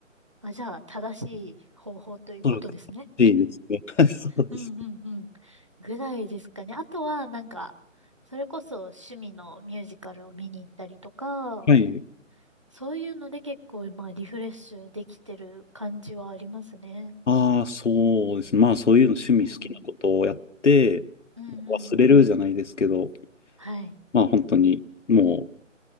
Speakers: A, on the right; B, on the left.
A: あ、じゃあ、正しい方法ということですね。
B: おそらく正しいですね。<laughs> そうです。
A: うんうんうん。ぐらいですかね。あとは、なんか、それこそ趣味のミュージカルを見に行ったりとか、
B: はい。
A: そういうので結構、まあ、リフレッシュできてる感じはありますね。
B: ああ、そうですね。まあ、そういうの趣味好きなことをやって、
A: うん。うんうんうん。
B: 忘れるじゃないですけど、
A: はい。
B: まあ、本当に、も